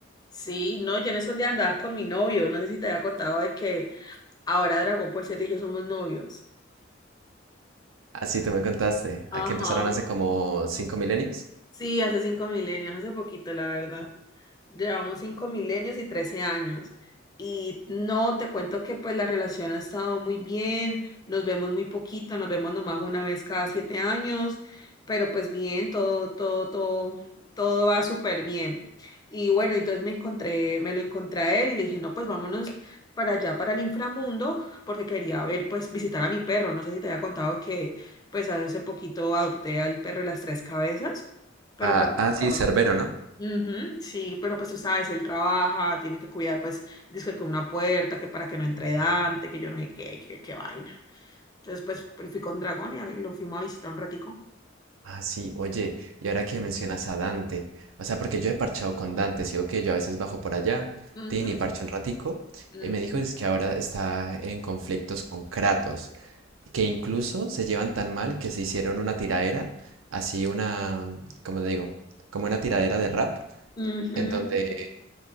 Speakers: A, on the left (about 20°); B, on the right (about 85°).
A: sí, no, yo en esos días andaba con mi novio, no sé si te había contado de que Ahora Dragon Ball Z y yo somos novios.
B: Así te me contaste, a
A: Ajá.
B: que empezaron hace como cinco milenios.
A: Sí, hace cinco milenios, hace poquito, la verdad. Llevamos cinco milenios y trece años. Y no, te cuento que pues la relación ha estado muy bien, nos vemos muy poquito, nos vemos nomás una vez cada siete años, pero pues bien, todo, todo, todo, todo va súper bien. Y bueno, entonces me encontré, me lo encontré a él y le dije, no, pues vámonos para allá, para el inframundo, porque quería ver, pues visitar a mi perro. No sé si te había contado que pues hace poquito adopté al perro de las tres cabezas. Pero
B: Ah,
A: pues,
B: ah, sí,
A: ah,
B: Cerbero, ¿no?
A: ujú, sí, pero pues tú sabes, él trabaja, tiene que cuidar, pues, dice que una puerta, que para que no entre Dante, que yo no sé qué, qué, qué vaina. Entonces, pues, pues, fui con Dragón y, a- y lo fuimos a visitar un ratico.
B: Ah, sí, oye, y ahora que mencionas a Dante, o sea, porque yo he parchado con Dante, sí, ok, yo a veces bajo por allá,
A: Ujú,
B: tin, y parcho un ratico,
A: mm,
B: y me dijo es que ahora está en conflictos con Kratos, que incluso se llevan tan mal que se hicieron una tiradera, así una, ¿cómo te digo? Como una tiradera de rap,
A: ujú.
B: en donde,